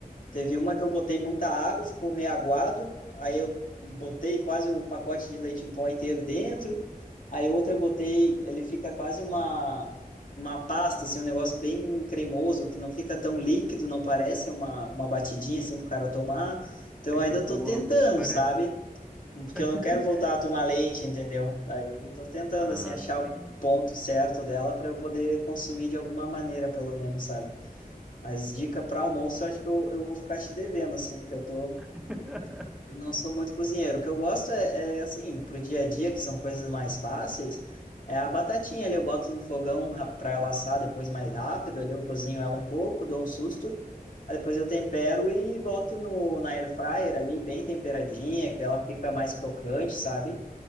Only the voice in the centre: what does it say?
é
tipo
uma,
parece.
<laughs>
Ah,
sim.
<laughs>